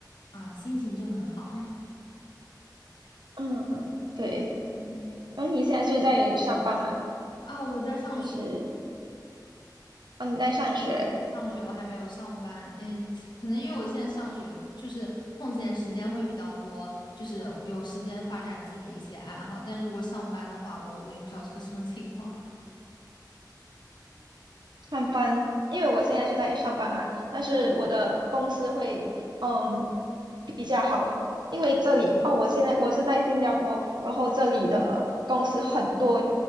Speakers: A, on the left; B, on the right.
A: 啊，心情就很好。<laughs>
B: 嗯，对。
A: 对对对，
B: 嗯，你现在是在上班吗？
A: 啊，我在上学，
B: 还是哦你在上学？
A: 我在上学，我还没有上班。嗯，可能因为我现在上学，就是空闲时间会比较多，就是有时间发展自己的一些爱好。但如果上班的话，我我也不知道是个什么情况。
B: 上班，因为我现在是在上班嘛，但是我的公司会嗯
A: <laughs> 嗯
B: 比较好，因为这里哦，我现在我是在新加坡，然后这里的公司很多